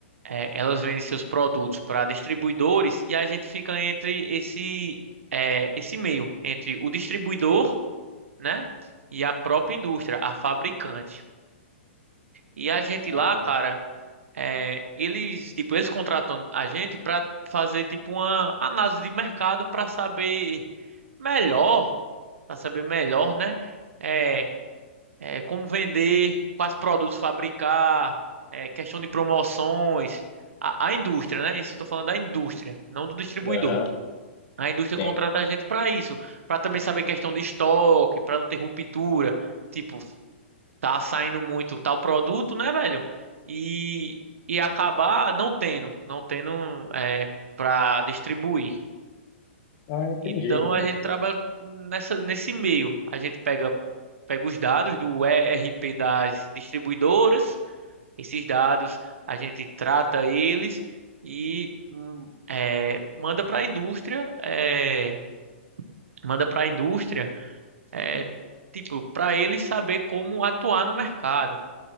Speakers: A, on the right (about 80°); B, on the left (about 35°).
A: é, elas vendem seus produtos para distribuidores e a gente fica entre esse, é, esse meio, entre o distribuidor, né, e a própria indústria, a fabricante. E a gente
B: Ah,
A: lá, cara, é, eles, tipo, eles contratam a gente para fazer, tipo, uma análise de mercado para saber melhor, para saber melhor, né, é, é, como vender, quais produtos fabricar, é, questão de promoções, a, a indústria, né? Isso eu tô falando da indústria, não do distribuidor.
B: aham,
A: A indústria
B: sim.
A: contrata a gente para isso, para também saber questão de estoque, para não ter ruptura, tipo, tá saindo muito tal produto, né, velho? E, e acabar não tendo, não tendo é, para distribuir.
B: Ah, entendi,
A: Então
B: cara.
A: a gente trabalha nessa, nesse meio. A gente pega, pega os dados do ERP das distribuidoras, esses dados a gente trata eles e hum, é, manda para a indústria, é, manda para a indústria, é, tipo, para eles saber como atuar no mercado.